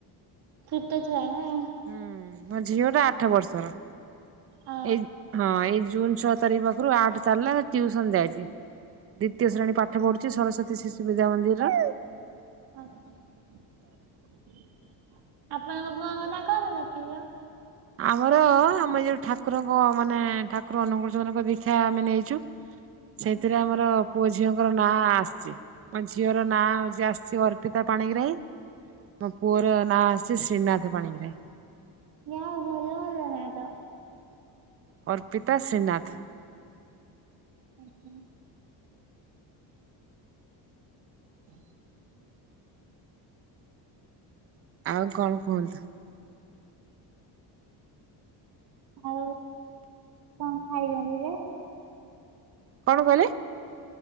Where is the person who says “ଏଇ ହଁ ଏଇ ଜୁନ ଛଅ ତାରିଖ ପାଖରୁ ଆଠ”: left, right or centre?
Right